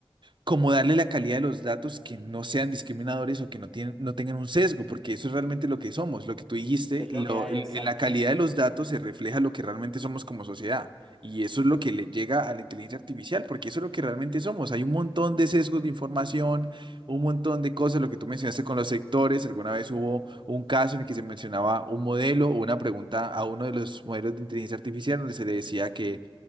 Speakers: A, on the right; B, in the centre.
A: como darle la calidad de los datos que no sean discriminadores o que no, tienen, no tengan un sesgo, porque eso es realmente lo que somos, lo que tú dijiste,
B: Es lo
A: lo,
B: que hay,
A: el-
B: exacto.
A: en la calidad de los datos se refleja lo que realmente somos como sociedad. Y eso es lo que le llega a la inteligencia artificial, porque eso es lo que realmente somos. Hay un montón de sesgos de información, un montón de cosas, lo que tú mencionaste con los sectores. Alguna vez hubo un caso en el que se mencionaba un modelo o una pregunta a uno de los modelos de inteligencia artificial donde se le decía que